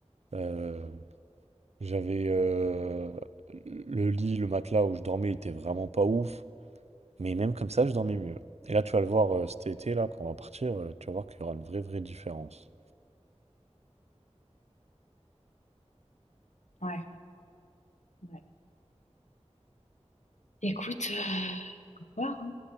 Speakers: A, on the right (about 65°); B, on the left (about 85°).
A: Euh, J'avais euh, le lit, le matelas où je dormais était vraiment pas ouf, mais même comme ça, je dormais mieux. Et là, tu vas le voir euh, cet été, là, quand on va partir, euh, tu vas voir qu'il y aura une vraie, vraie différence.
B: Ouais. ouais. Écoute, euh, voir, hein.